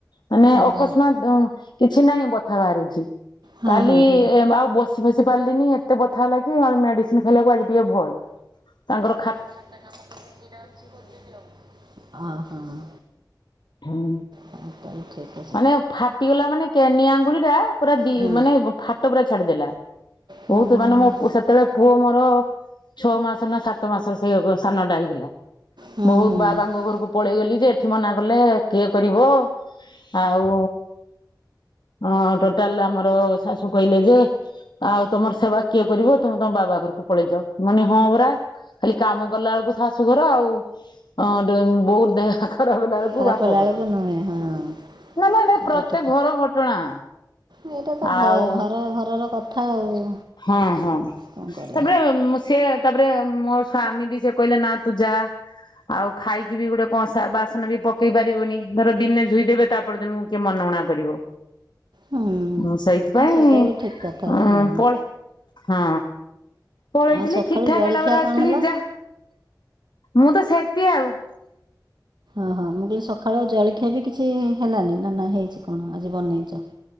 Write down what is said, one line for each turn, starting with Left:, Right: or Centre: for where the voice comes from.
Left: ମାନେ
Right: ହଁ
Left: ଅକସ୍ମାତ୍
Right: ହଁ।
Left: ହଁ କିଛି ନାହିଁ ବଥା ବାହାରୁଚି
Right: ହଁ
Left: କାଲି
Right: ହଁ ହଁ।
Left: ଆଉ ବସି ଫସି ଉଠିପାରିଲିନି ଏତେ ବଥା ହେଲାକି ଏ ମେଡ଼ିସିନ୍ ଖାଇବାକୁ ଆଜି ଟିକେ ଭଲ୍। ତାଙ୍କର
Right: ତାଙ୍କର ଖାତା କାମ <unintelligible> ଅଛି କରିଦେବି ଆଉ। ହଁ ହଁ!
Left: ହୁଁ!
Right: ହଁ ତାହେଲେ ଠିକ୍ ଅ-
Left: ମାନେ ଫାଟିଗଲା ମାନେ କେନି ଆଙ୍ଗୁଳିଟା ପୁରା ଦି
Right: ହଁ
Left: ମାନେ ବ ଫାଟ ପୁରା ଛାଡିଦେଲା।
Right: ହଁ
Left: ବହୁତୁ
Right: ହଁ
Left: ମାନେ
Right: ହଁ।
Left: ମୋ ପୁ ସେତେବେଳେ ପୁଅ ମୋର ଛଅ ମାସ ନା ସାତ ମାସ ସେଇ <unintelligible> ସାନଟା ହେଇଥିଲା।
Right: ହୁଁ
Left: ବହୁତ୍
Right: ହୁଁ
Left: ବାବାଙ୍କ ଘରକୁ ପଳେଇଗଲି ଯେ ଏଠି ମନା କଲେ କିଏ କରିବ। ଆଉ ହଁ ଟୋଟାଲ ଆମର ଶାଶୁ କହିଲେ ଯେ ଆଉ ତମର ସେବା କିଏ କରିବ ତମେ ତମ ବାବା ଘରକୁ ପଳେଇ ଯାଅ ମନି ହଁ ପରା। ଖାଲି କାମ କଲା ବେଳକୁ ଶାଶୁଘର ଆଉ ହଁ ଡ ବହୁ ଦେହ ଖରାପ ହେଲା ବେଳକୁ
Right: ଖରାପ
Left: ବାପଘର।
Right: <inaudible> ହଁ!
Left: ନାମ ଏଡେ
Right: ଏଇଟା
Left: ପ୍ରତ୍ୟେକ
Right: ଠିକ୍
Left: ଘର ଘଟଣା।
Right: ଏଇଟା ତ ଘ
Left: ଆଉ
Right: ଘର ଘରର କଥା ଆଉ
Left: ହଁ ହଁ
Right: କଣ କରି
Left: ତାପରେ ଉମ୍ ସେ ତାପରେ ମୋ ସ୍ଵାମୀ ବି ସେ କହିଲା ନା ତୁ ଯା। ଆଉ ଖାଇକି ବି ଗୋଟେ କଂସା ବାସନ ବି ପକେଇ ପାରିବନି ଧର ଦିନେ ଧୁଇଦେବେ। ତାପର ଦିନକୁ କିଏ ମନଉଣା କରିବ।
Right: ହୁଁ
Left: ମୁଁ ସେଇଥିପାଇଁ
Right: ସେଇଟା ବି ଠିକ୍ କଥା
Left: ଅଁ
Right: ହଁ
Left: ପଳେ ହଁ ପଳେଇଥିଲି
Right: ଆଉ ସକାଳୁ
Left: ଠିକ୍ ଠାକ୍
Right: ଜଳଖିଆ
Left: ହେଲା ପରେ
Right: କଣ
Left: ଆସିଥିଲି
Right: ହେଲା?
Left: ଯା। ମୁଁ ତ ସେତି ଆଉ।
Right: ଓହୋ ମୁଁ କହିଲି ସଖାଳୁ ଜଳଖିଆ ବି କିଛି ହେଲାନି ନା ନା ହେଇଛି କଣ ଆଜି ବନେଇଚ?